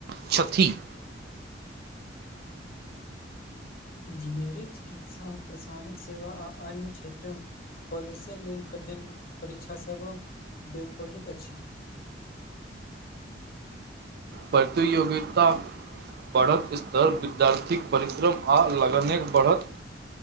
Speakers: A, on the right; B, on the left.
A: छथि <inaudible>
B: इंजीनियरिंग चिकित्सा प्रशानिक सेवा आ अन्य क्षेत्र प्रवेशक लेल कठिन परीक्षा सब दे पढ़ैत अछि
A: प्रतियोगिता बढ़त स्तर विद्यार्थीक परिश्रम आ लगनक बढ़त